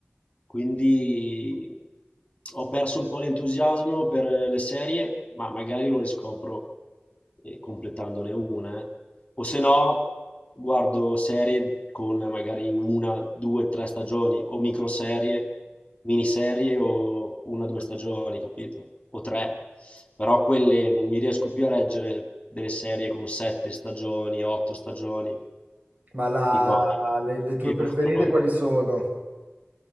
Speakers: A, on the left; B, on the right.
A: Quindi ho perso un po' l'entusiasmo per le serie, ma magari lo riscopro eh, completandone una, eh o se no guardo serie con magari una, due, tre stagioni, o microserie, miniserie o una, due stagioni, capito? O tre. Però quelle non mi riesco più a reggere delle serie con sette stagioni, otto stagioni,
B: Ma la-
A: tipo anche
B: le, le tue
A: Game
B: preferite
A: of Thrones.
B: quali sono?